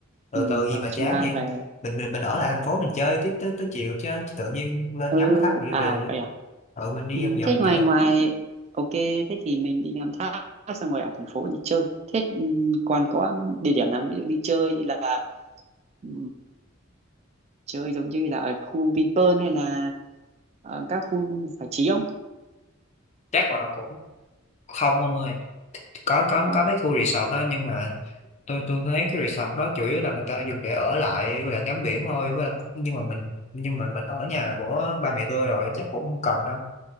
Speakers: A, on the left; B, on the right.
A: từ
B: ừ,
A: từ gì
B: rồi
A: mà
B: chúng
A: chán
B: ta
A: vậy
B: về
A: mình mình mình ở lại thành phố mình chơi tiếp tới tới chiều chứ chứ tự nhiên lên
B: ừ
A: ngắm cái tháp rồi đi
B: à
A: về vậy.
B: vậy à
A: ừ mình đi
B: ừ,
A: vòng vòng
B: thế ngoài
A: chơi
B: ngoài ok thế thì mình đi làm thác xong rồi ở thành phố đi chơi thế ừ, còn có địa điểm nào ví dụ đi chơi như là ừ, chơi giống như là ở khu Vinpearl hay là ở các khu giải trí không
A: chắc là cũng không ông ơi có có
B: không
A: có mấy
B: phải
A: khu resort đó nhưng mà tôi tôi thấy cái resort đó chủ yếu là người ta dùng để ở lại với ngắm biển thôi với lại cũng- nhưng mà mình nhưng mà mình ở nhà của ba mẹ tôi rồi chắc cũng không cần đâu